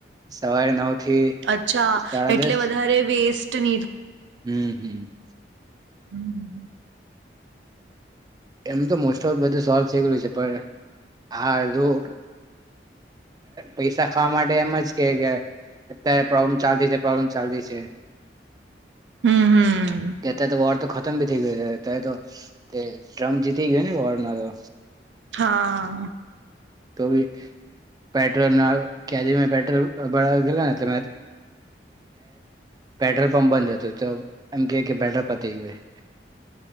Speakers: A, on the right (about 20°); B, on the right (about 80°).
A: સવારે નવ થી
B: અચ્છા
A: સાડા
B: એટલે
A: દસ
B: વધારે વેસ્ટ <inaudible>
A: હમ હમ
B: હમ
A: એમ તો મોસ્ટ ઓફ બધું સોલ્વ થઈ ગું છે પણ આડધું પૈસા ખાવા માટે એમ જ કે અત્યારે પ્રોબ્લેમ ચાલતી છે પ્રોબ્લેમ ચાલતી છે
B: હમ હમ
A: કેતા તો વર તો ખત થઈ ગયો તો તે ટ્રમ્પ જીતી ગયો ને વોરમાં તો
B: હા
A: તોમે પેટ્રોલ ના કદી પેટ્રોલ ગ ને ત પેટ્રોલ પંપ બંધ હતો તો એમ કે કે પેટ્રોલ પતી ગયયોું